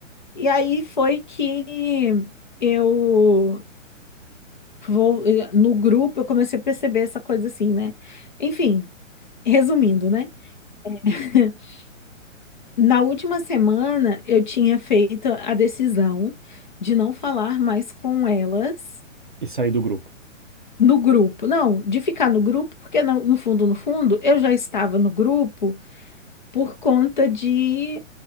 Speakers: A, on the left; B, on the right.
A: E aí foi que eu vou eh, no grupo eu comecei a perceber essa coisa assim, né? Enfim, resumindo, né? <laughs> Na última semana, eu tinha feito a decisão de não falar mais com elas
B: E sair do grupo.
A: no grupo. Não, de ficar no grupo, porque no, no fundo, no fundo, eu já estava no grupo por conta de